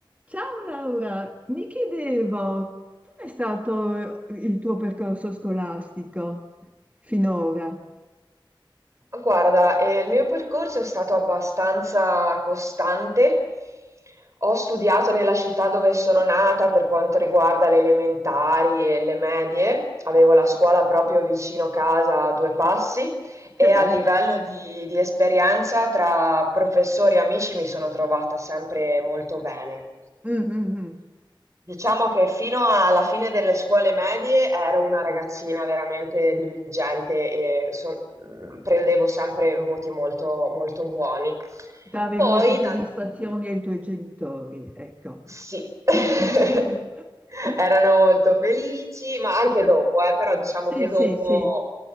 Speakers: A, on the right; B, on the right.
A: Ciao Laura, mi chiedevo, com'è stato il tuo percorso scolastico finora?
B: Guarda, eh, il mio percorso è stato abbastanza costante. Ho studiato nella città dove sono nata per quanto riguarda le elementari e le medie. Avevo la
A: Sì.
B: scuola proprio vicino casa a due passi. E
A: Che
B: a
A: bello.
B: livello di, di esperienza tra professori e amici mi sono trovata sempre molto bene.
A: Mm, mm, mm.
B: Diciamo che fino alla fine delle scuole medie ero una ragazzina veramente diligente e so- mh, prendevo sempre voti molto, molto buoni.
A: Davi
B: Poi
A: molte soddisfazioni
B: dal
A: ai tuoi genitori, ecco.
B: sì, <laughs>
A: <laughs>
B: erano molto felici, ma anche dopo, eh, però diciamo
A: Sì,
B: che
A: sì,
B: dopo
A: sì, sì.